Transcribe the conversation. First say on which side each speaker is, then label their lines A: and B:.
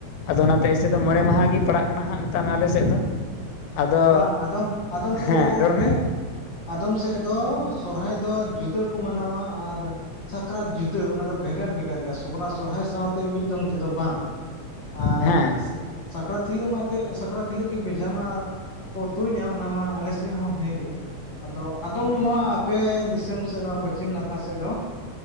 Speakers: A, on the left; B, on the left.
A: ᱟᱫᱚ ᱚᱱᱟ ᱛᱮ ᱮᱭᱥᱮ ᱫᱚ ᱢᱚᱬᱮ ᱢᱟᱦᱟ ᱜᱮ ᱯᱟᱲᱟᱜ ᱠᱟᱱᱟ ᱦᱟᱸᱜ ᱢᱮᱛᱟᱜ ᱢᱮ ᱟᱞᱮ ᱥᱮᱫ ᱫᱚ ᱟᱫᱚ
B: ᱵᱟᱝ ᱟᱫᱚᱢ ᱟᱫᱚᱢ
A: ᱦᱮᱸ
B: ᱥᱮᱫ ᱫᱚ ᱜᱚᱝᱠᱮ
A: ᱨᱚᱲ ᱢᱮ
B: ᱟᱫᱚᱢ ᱥᱮᱫ ᱫᱚ ᱥᱚᱦᱨᱟᱭ ᱫᱚ ᱡᱩᱫᱟᱹ ᱠᱚ ᱢᱟᱱᱟᱣᱟ ᱟᱨ ᱥᱟᱠᱨᱟᱛ ᱡᱩᱫᱟᱹ ᱚᱱᱟ ᱫᱚ ᱵᱷᱮᱜᱟᱨ ᱵᱷᱮᱜᱟᱨ ᱜᱮᱭᱟ ᱥᱟᱠᱨᱟᱛ ᱥᱚᱨᱦᱟᱭ ᱥᱟᱶᱛᱮ ᱢᱤᱫ ᱮᱫᱚᱢ ᱛᱮᱫᱚ ᱵᱟᱝ ᱟᱨᱼᱼ
A: ᱦᱮᱸ
B: ᱥᱟᱠᱨᱟᱛ ᱦᱤᱞᱳᱜ ᱢᱟ ᱮᱛᱮᱫ ᱥᱟᱠᱨᱟᱛ ᱦᱤᱞᱳᱜ ᱜᱮ ᱵᱮᱡᱷᱟ ᱢᱟ ᱠᱚ ᱛᱩᱧᱟ ᱚᱱᱟ ᱢᱟ ᱟᱞᱮ ᱥᱮᱫ ᱦᱚᱸ ᱦᱮᱸᱜᱮ ᱟᱫᱚ ᱟᱫᱚᱢ ᱱᱚᱣᱟ ᱟᱯᱮ ᱫᱤᱥᱚᱢ ᱥᱮᱫ ᱱᱚᱣᱟ ᱯᱚᱪᱷᱤᱢ ᱱᱟᱠᱷᱟ ᱥᱮᱫ ᱫᱚ